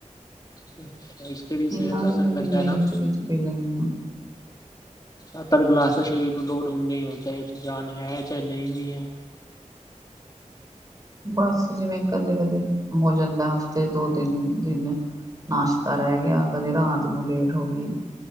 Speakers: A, on the left; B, on the right.
A: <inaudible>
B: ਇੰਨਾ
A: ਦਾ
B: ਵੀ
A: ਅਸਰ
B: ਨੀ
A: ਪੈਂਦਾ
B: ਪੀਂਦੀ
A: ਹੈ ਨਾ
B: ਵਿੱਚ-ਵਿੱਚ ਪੀ ਲੈਂਨੀ ਆ‌।
A: ਸੱਤ-ਅੱਠ ਗਲਾਸ ਤਾ ਸਰੀਰ ਨੂੰ ਲੋਡ ਹੁੰਦੀ ਐ ਚਾਹੇ ਉਸ 'ਚ ਜਾਨ ਹੈ ਚਾਏ ਨਈ ਵੀ ਐ।
B: ਬਸ ਜਿਵੇਂ ਕਦੇ-ਕਦੇ ਹੋ ਜਾਂਦਾ ਹਫ਼ਤੇ ਦੋ-ਤਿੰਨ ਦਿਨ ਨਾਸ਼ਤਾ ਰਹਿ ਗਿਆ, ਕਦੇ ਰਾਤ ਨੂੰ ਲੇਟ ਹੋਗੀ।